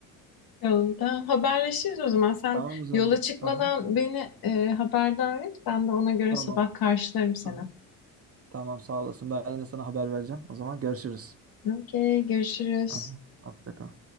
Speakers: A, on the left; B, on the right.
A: Bakalım, Tamam, haberleşiriz o zaman. Sen
B: Tamam o zaman.
A: yola çıkmadan
B: Aha,
A: beni e, haberdar et. Ben de ona göre
B: tamam.
A: sabah karşılarım seni.
B: Aha, tamam sağ olasın. Ben yine sana haber vereceğim. O zaman görüşürüz.
A: Okey, görüşürüz.
B: Aha, hoşça kal.